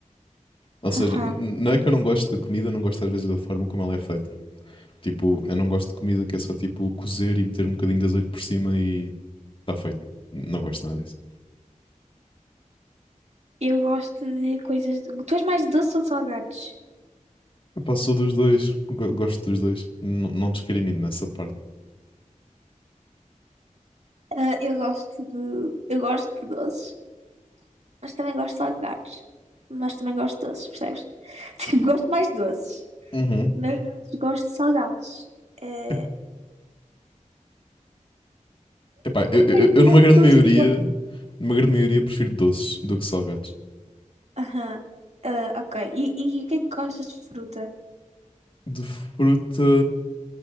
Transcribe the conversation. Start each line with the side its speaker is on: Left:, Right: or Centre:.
Left: Ou seja,
Right: Aham.
Left: n- n- não é que eu não gosto de comida, não gosto às vezes da forma como ela é feita. Tipo, eu não gosto de comida que é só tipo cozer e meter um bocadinho de azeite por cima e está feito. Não gosto nada disso.
Right: eu gosto de coisas. de- Tu és mais doce ou de salgados?
Left: Epá, sou dos dois. Go- gosto dos dois. N- não discrimino nessa parte.
Right: Ah, eu gosto de. Eu gosto de doces, mas também gosto de salgados. Mas também gosto de doces, percebes? <laughs> Tipo, gosto mais de doces,
Left: Uhum.
Right: mas não gosto de salgados. É.
Left: Ep- Epá, eu, eu,
Right: Permanente
Left: eu numa grande
Right: doce
Left: maioria,
Right: tu és.
Left: numa grande maioria prefiro doces do que salgados.
Right: Aham. Ah, ok. E, e o que é que gostas de fruta?
Left: De fruta,